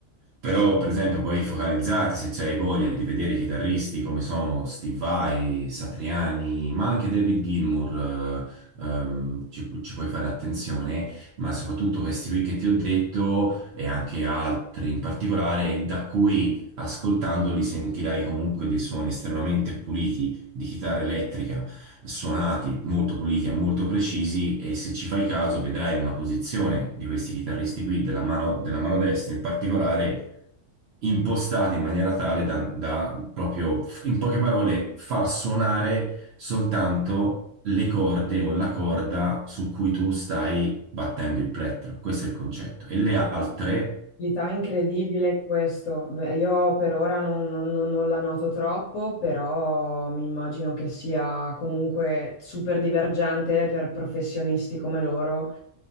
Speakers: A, on the right; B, on the left.
A: Però, per esempio, poi focalizzati, se c'hai voglia di vedere i chitarristi come sono Steve Vai, Satriani, ma anche David Gilmour, eh, ehm, ci, ci puoi fare attenzione, ma soprattutto questi qui che ti ho detto e anche altri in particolare, da cui ascoltandoli sentirai comunque dei suoni estremamente puliti di chitarra elettrica, suonati molto puliti e molto precisi e se ci fai caso vedrai una posizione di questi chitarristi qui, della mano della mano destra in particolare impostati in maniera tale da, da proprio, f- in poche parole, far suonare soltanto le corde o la corda su cui tu stai battendo il plettro. Questo è il concetto. E le altre...
B: L'età incredibile in questo. Beh, io per ora non, non- non- non la noto troppo, però mi immagino che sia comunque super divergente per professionisti come loro.